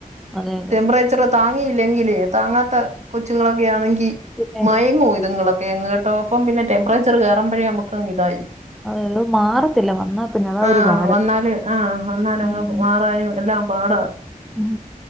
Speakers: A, in the centre; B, on the right (about 50°).
A: അതെ അതെ
B: ടെമ്പറേച്ചർ എ താങ്ങിയില്ലെങ്കിലേ, താങ്ങാത്ത കൊച്ചുങ്ങളൊക്കെ ആണെങ്കിൽ,
A: പിന്നെ
B: മയങ്ങും ഇതുങ്ങള് ന്നിട്ടോപ്പം പിന്നെ ടെമ്പറേച്ചർ കേറുമ്പഴേ നമുക്കങ്ങിതായി
A: അതെ അത് മാറത്തില്ല വന്നാ പിന്നെ അതാ
B: ആ
A: ഒരു പാട്
B: വന്നാല് ആ വന്നാല്
A: ഉം
B: അങ്ങ് മാറാനും എല്ലാം പാടാ.
A: ഉം